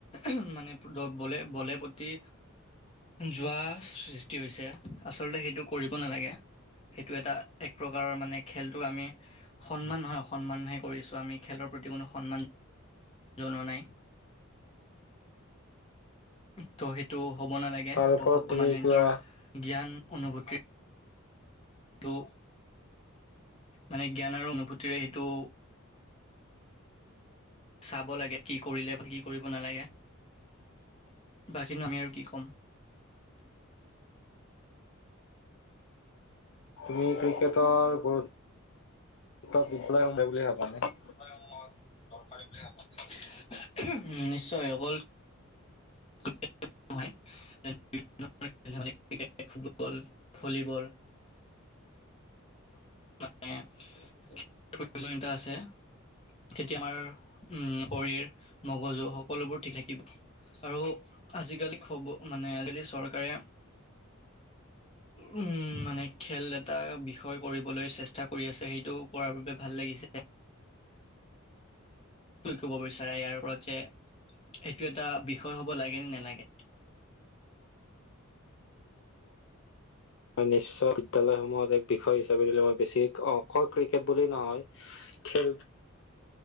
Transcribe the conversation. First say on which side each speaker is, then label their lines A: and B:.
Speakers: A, on the left (about 30°); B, on the left (about 60°).
A: ঊম মানে দ বলে বলে প্ৰতি জোৱা সৃষ্টি হৈছে আচলতে সেইটো কৰিব নালাগে সেইটো এটা এক প্ৰকাৰৰ মানে খেলটোক আমি সন্মান নহয় অসন্মানহে কৰিছোঁ আমি খেলৰ প্ৰতি কোনো সন্মান জনোৱা নাই ত' সেইটো হ'ব নালাগে
B: তাৰ
A: সেইটো
B: ওপৰত
A: সকলো
B: তুমি
A: মানুহে
B: কিবা
A: নিজৰ জ্ঞান অনুভূতিৰ টো মানে জ্ঞান আৰু অনুভূতিৰে সেইটো চাব লাগে কি কৰিলে বা কি কৰিব নালাগে বাকীনো আমি আৰু কি ক'ম
B: তুমি ক্ৰিকেটৰ গুৰুত্ব <unintelligible> হয় বুলি ভাবা নে
A: মই দৰকাৰী বুলি ভাবো ঊম নিশ্চয় হল <unintelligible> ফুটবল ভলীবল মানে প্ৰয়োজনীতা আছে তেতিয়া আমাৰ উম শৰীৰ মগজু সকলোবোৰ ঠিক থাকিব আৰু আজিকালি খব মানে আজিকালি চৰকাৰে উম মানে খেল এটা বিষয় কৰিব বলৈ চেষ্টা কৰি আছে সেইটো কৰাৰ বাবে ভাল লাগিছে কি কব বিচাৰে ইয়াৰ ওপৰত যে এইটো এটা বিষয় হব লাগে নে নালাগে
B: হয় নিশ্চয় বিদ্যালয়সমূহত এক বিষয় হিচাপে দিলে মই বেছি অকল ক্ৰিকেট বুলি নহয় খেল